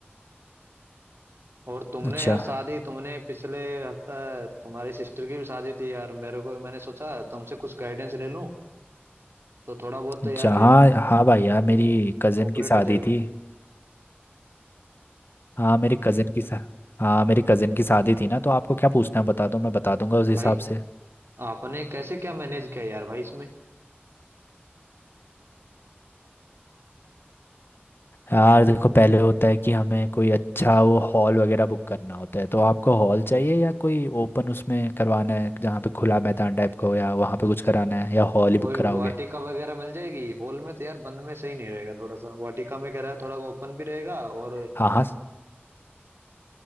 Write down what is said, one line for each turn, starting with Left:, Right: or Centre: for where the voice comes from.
Right: और तुमने
Left: अच्छा
Right: यार शादी तुमने पिछले हफ्ता तुम्हारी सिस्टर की भी शादी थी यार मेरे को मैंने सोचा तुमसे कुछ गाइडेंस ले लूं तो थोड़ा बहुत तो
Left: अच्छा
Right: यार
Left: हाँ हाँ भाई यार मेरी कज़न
Right: कोऑपरेट
Left: की शादी
Right: हो जाएगा
Left: थी हाँ मेरी कज़न की शा- हाँ मेरी कज़न की शादी थी ना तो आपको क्या पूछना है बता दो मैं बता दूंगा उस हिसाब
Right: भाई
Left: से
Right: आपने कैसे क्या मैनेज किया यार भाई इसमें
Left: यार देखो पहले होता है कि हमें कोई अच्छा वो हॉल वगैरह बुक करना होता है तो आपको हॉल चाहिए या कोई ओपन उसमें करवाना है जहाँ पे खुला मैदान टाइप का हो या वहाँ पे कुछ कराना है या हॉल ही
Right: कोई
Left: बुक कराओगे
Right: वाटिका वगैरह मिल जाएगी हॉल में तो यार बंद में सही नहीं रहेगा थोड़ा सा वाटिका में कह रहा है थोड़ा ओपन भी रहेगा और
Left: हाँ हाँ